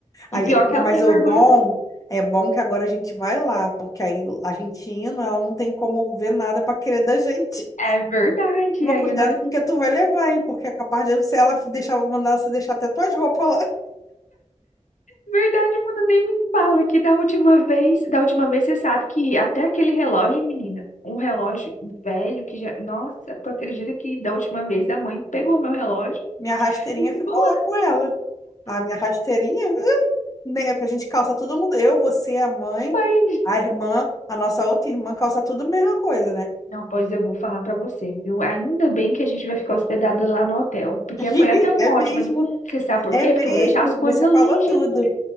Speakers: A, on the left; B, on the left.
A: E
B: Aí,
A: pior que
B: mas
A: ela não tem
B: o
A: vergonha.
B: bom é bom que agora a gente vai lá, porque aí a gente indo, ela não tem como ver nada para querer da gente. <laughs>
A: É verdade.
B: Mas
A: Aí
B: cuidado
A: nós.
B: com o que tu vai levar, hein? Porque é capaz de se ela deixar, mandar você deixar até tuas roupas lá.
A: Verdade, mano, nem me fala que da última vez, da última vez você sabe que até aquele relógio, menina, um relógio velho que já, nossa, tu acredita que da última vez a mãe pegou meu relógio
B: Minha rasteirinha
A: e ficou
B: ficou
A: lá.
B: lá com ela. A minha rasteirinha, uh, né? Porque a gente calça todo mundo. Eu, você, a mãe,
A: Pai,
B: a irmã, a nossa outra irmã calça tudo a mesma coisa, né?
A: Não, pois eu vou falar pra você, viu? Ainda bem que a gente vai ficar hospedado lá no hotel, porque
B: <laughs>
A: foi até um
B: É
A: ótimo.
B: mesmo,
A: ele- Você sabe por
B: é
A: quê?
B: mesmo.
A: Porque eu vou deixar as coisas
B: Você falou
A: longe.
B: tudo.
A: Não,